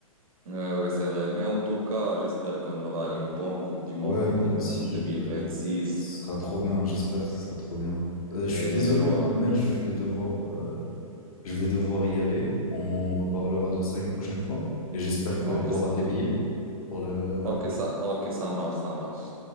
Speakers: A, on the right; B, on the left.
A: Ouais, ouais, c'est vrai. Mais en tout cas, j'espère qu'on aura une bonne Coupe du Monde
B: Ouais,
A: en,
B: moi
A: dim-
B: aussi,
A: en 2026.
B: je, Ce sera trop bien, j'espère que ce sera trop bien. Euh, je
A: Et
B: suis désolé,
A: genre,
B: Mohamed, je vais devoir, euh, je vais devoir y aller. On reparlera de ça une prochaine fois. Et j'espère que
A: ok,
B: tu
A: ça,
B: auras tes billets pour le- la
A: ok,
B: coupe.
A: ça, ok, ça marche, ça marche.